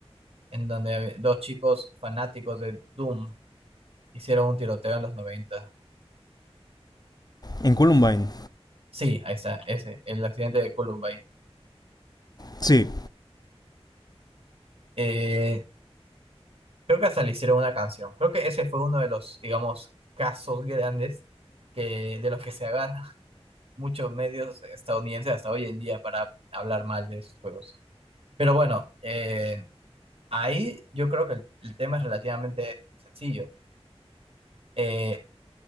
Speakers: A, on the right; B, on the left.
A: en donde había dos chicos fanáticos de Doom hicieron un tiroteo en los noventa
B: En Columbine.
A: Sí, ahí está, ese, el accidente de Columbine.
B: Sí,
A: Eh, creo que hasta le hicieron una canción. Creo que ese fue uno de los, digamos, casos grandes que, de los que se agarra. muchos medios estadounidenses hasta hoy en día para hablar mal de esos juegos. Pero bueno, eh, ahí yo creo que el, el tema es relativamente sencillo. Eh,